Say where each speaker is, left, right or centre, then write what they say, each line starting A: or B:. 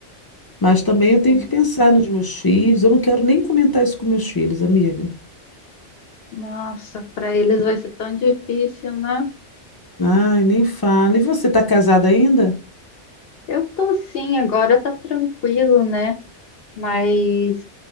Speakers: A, on the left (about 30°); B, on the left (about 60°).
A: mas também eu tenho
B: sim.
A: que pensar nos meus filhos. Eu não quero nem comentar isso com meus filhos, amiga.
B: Nossa, para eles vai ser tão difícil, né?
A: Ai, nem fala. E você tá casada ainda?
B: Eu tô sim, agora tá tranquilo, né? Mas